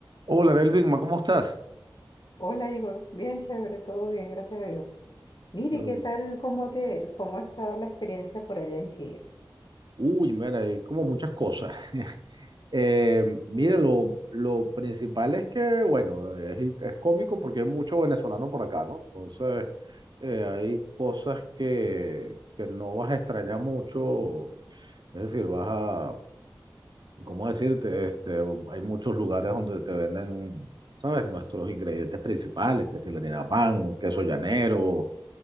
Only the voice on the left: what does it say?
Hola Igor, bien chévere, todo bien, gracias a Dios. Mire,
¿qué
tal? ¿Cómo te, cómo ha estado la experiencia por allá en Chile?